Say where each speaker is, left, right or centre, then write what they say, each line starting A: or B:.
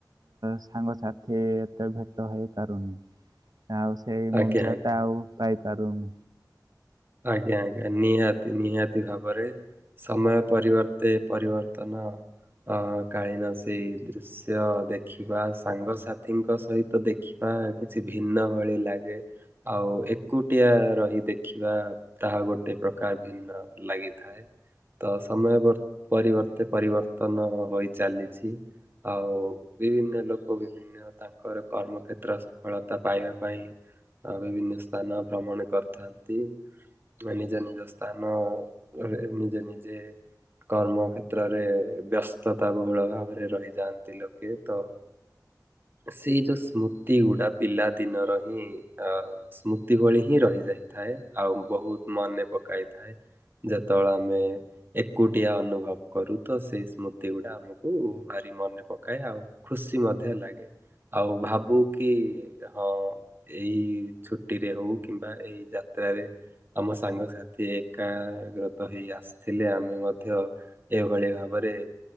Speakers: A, on the right; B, on the right.
A: ସାଙ୍ଗସାଥି ଏତେ ଭେଟ ହେଇପାରୁନି। ଆଉ ସେଇ
B: ଆଜ୍ଞା
A: ମଜ୍ଜା
B: ଆଜ୍ଞା
A: ଟା ଆଉ ପାଇପାରୁନ୍।
B: ଆଜ୍ଞା ଆଜ୍ଞା ନିହାତି ନିହାତି ଭାବରେ ସମୟ ପରିବର୍ତ୍ତେ ପରିିବର୍ତ୍ତନ ଅ କାଳୀନ ସେଇ ଦୃଶ୍ୟ ଦେଖିବା ସାଙ୍ଗସାଥିଙ୍କ ସହିତ ଦେଖି ବା କିଛି ଭିନ୍ନ ଭଳି ଲାଗେ। ଆଉ ଏକୁଟିଆ ରହି ଦେଖି ବା ତାହା ଗୋଟେ ପ୍ରକାର ଭିନ୍ନ ଲାଗିଥାଏ। ତ ସମୟ ପରିବର୍ତ୍ତେ ପରିବର୍ତ୍ତନ ହୋଇ ଚାଲିଛି। ଆଉ ବିଭିନ୍ନ ଲୋକ ବି ତାଙ୍କର କର୍ମକ୍ଷେତ୍ର ସଫଳତା ପାଇବା ପାଇଁ ଆ ବିଭିନ୍ନ ସ୍ଥାନ ଭ୍ରମଣ କରିଥାନ୍ତି। ନିଜ ନିଜ ସ୍ଥାନ ନିଜେ ନିଜେ କର୍ମ କ୍ଷେତ୍ରରେ ବ୍ୟସ୍ତତା ବହୁଳ ଭାବରେ ରହିଯାଆନ୍ତି ଲୋକେ ତ ସେଇ ଯୋଉ ସ୍ମୃତି ଗୁଡା ପିଲା ଦିନର ହିଁ ଅ ସ୍ମୃତି ଭଳି ହିଁ ରହିଯାଇଥାଏ। ଆଉ ବହୁତ ମନେ ପକାଇଥାଏ। ଯେତବେଳେ ଆମେ ଏକୁଟିଆ ଅନୁଭବ କରୁ ତ ସେଇ ସ୍ମୃତି ଗୁଡା ଆମକୁ ଭାରି ମନେ ପକାଏ ଆଉ ଖୁସି ମଧ୍ୟ ଲାଗେ ଆଉ ଭାବୁ କି ହଁ ଏହି ଛୁଟି ରେ ହଉ କିମ୍ବା ଏଇ ଯାତ୍ରାରେ ଆମ ସାଙ୍ଗସାଥି ଏକାଗ୍ରତ ହେଇ ଆସିଥିଲେ ଆମେ ମଧ୍ୟ ଏଇଭଳି ଭାବରେ